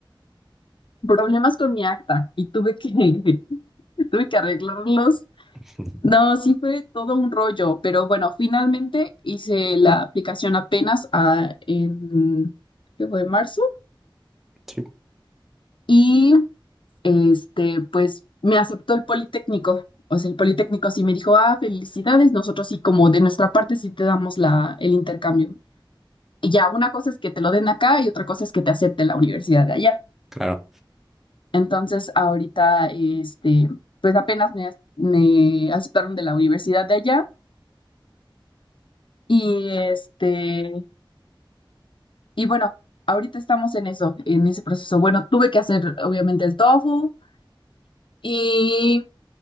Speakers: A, on the left; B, in the centre.
A: problemas con mi acta y tuve que, <laughs> tuve que arreglarlos.
B: <laughs>
A: No, sí fue todo un rollo, pero bueno, finalmente hice la aplicación apenas a, en, ¿qué fue? Marzo
B: Sí,
A: y este, pues me aceptó el Politécnico. O sea, el Politécnico sí me dijo, ah, felicidades, nosotros sí, como de nuestra parte sí te damos la, el intercambio. Y ya, una cosa es que te lo den acá y otra cosa es que te acepte la universidad de allá.
B: claro.
A: Entonces, ahorita, este, pues apenas me, me aceptaron de la universidad de allá y este, y bueno, ahorita estamos en eso, en ese proceso. Bueno, tuve que hacer obviamente el tofu y